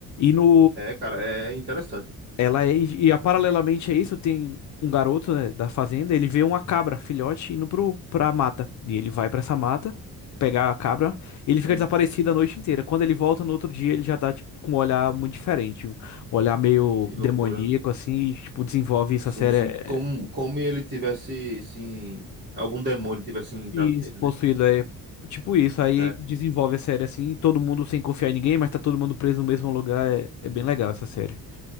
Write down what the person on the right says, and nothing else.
É, cara, é interessante.
Sim.
Que
loucura.
Sim,
sim.
Como, como ele tivesse, sim, algum demônio tivesse entrado
dele,
né?
É.